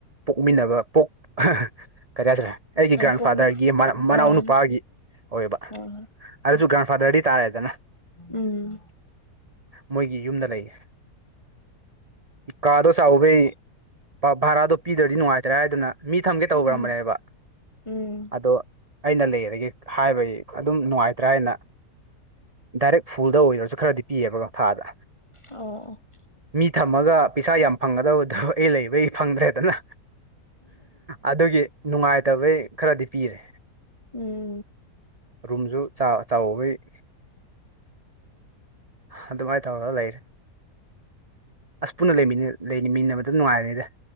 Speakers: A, on the right; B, on the left.
A: ꯄꯣꯛꯃꯤꯟꯅꯕ ꯄꯣꯛ <unintelligible> ꯀꯔꯤ ꯍꯥꯏꯁꯤꯔ ꯑꯩꯒꯤ ꯒ꯭ꯔꯥꯟꯐꯥꯗꯔꯒꯤ
B: ꯄꯨꯛꯅꯤꯡ
A: ꯃꯅꯥꯎ ꯃꯅꯥꯎ
B: ꯑꯥ
A: ꯅꯨꯄꯥꯒꯤ ꯑꯣꯏꯕ
B: ꯍꯣꯏ ꯍꯣꯏ
A: ꯑꯗꯨꯁꯨ ꯒ꯭ꯔꯥꯟꯐꯥꯗꯔꯗꯤ ꯇꯥꯔꯦꯗꯅ
B: ꯎꯝ
A: ꯃꯣꯏꯒꯤ ꯌꯨꯝꯗ ꯂꯩꯌꯦ ꯀꯥꯗꯣ ꯆꯥꯎꯋꯦ ꯚꯥꯔꯗꯣ ꯄꯤꯗ꯭ꯔꯗꯤ ꯅꯨꯡꯉꯥꯏꯇ꯭ꯔꯦ ꯍꯥꯏꯗꯅ ꯃꯤ ꯊꯝꯒꯦ ꯇꯧꯔꯝꯕꯅꯦꯕ
B: ꯎꯝ ꯎꯝ
A: ꯑꯗꯣ ꯑꯩꯅ ꯂꯩꯔꯒꯦ ꯍꯥꯏꯕꯒꯤ ꯑꯗꯨꯝ ꯅꯨꯡꯉꯥꯏꯇ꯭ꯔꯦ ꯍꯥꯏꯅ ꯗꯥꯏꯔꯦꯛ ꯐꯨꯜꯗ ꯑꯣꯏꯗꯔꯁꯨ ꯈꯔꯗꯤ ꯄꯤꯑꯕ ꯀꯣ ꯊꯥꯗ
B: ꯑꯣ ꯑꯣ
A: ꯃꯤ ꯊꯝꯃꯒ ꯄꯤꯁꯥ ꯌꯥꯝ ꯐꯪꯒꯗꯕꯗꯨ ꯑꯩ ꯂꯩꯕꯩ ꯐꯪꯗ꯭ꯔꯦꯗꯅ ꯑꯗꯨꯒꯤ ꯅꯨꯡꯉꯥꯏꯇꯕꯩ ꯈꯔꯗꯤ ꯄꯤꯔꯦ
B: ꯎꯝ
A: ꯔꯨꯝꯁꯨ ꯆꯥ ꯆꯥꯎꯕꯩ ꯑꯗꯨꯃꯥꯏꯅ ꯇꯧꯔꯒ ꯂꯩꯔꯦ ꯑꯁ ꯄꯨꯟꯅꯃꯤꯟꯅ ꯂꯩꯃꯤꯟ ꯂꯩꯃꯤꯟꯅꯕꯗ ꯅꯨꯡꯉꯥꯏꯔꯦꯗ